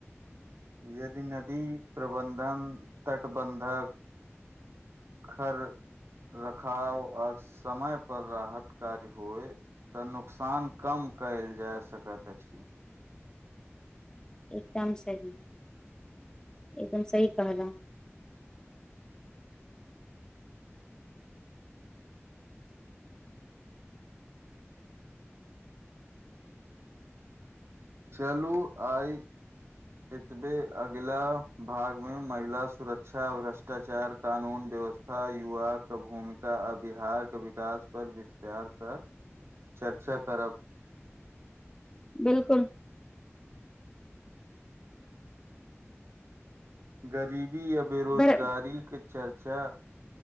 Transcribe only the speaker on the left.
एकदम सही एकदम सही कहलौं
बिल्कुल
भर